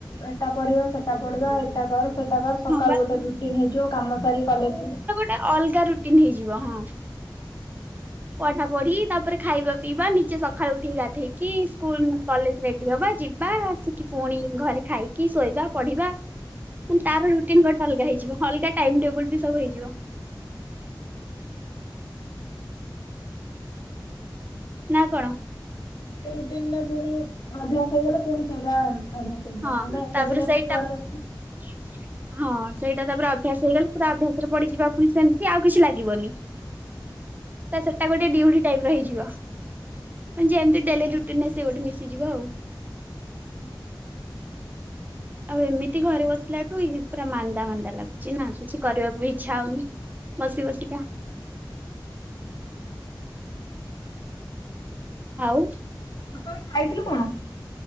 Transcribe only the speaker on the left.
ଏଟା ପଢିବ ସେଟା ପଢିବା ଏଟା କର ସେଟା କର ସକାଳୁ
ଗୋଟେ ରୁଟିନ ହେଇଯିବ କାମ ସାରି କଲେଜ ଜୀବୁ।
ସେ ରୁଟିନ୍ ଟା ପୁଣି ଅଭ୍ୟାସ ହେଇଗଲା ପୁଣି ସେଟା ଅଭ୍ୟାସ ହେଇଯିବ
ଏଇନା ଏତେ
ଦିନ
ଏମିତି ଘରେ ବସିବୁ।
ହୁଁ?
ସକାଳେ ଖାଇଥିଲୁ କଣ?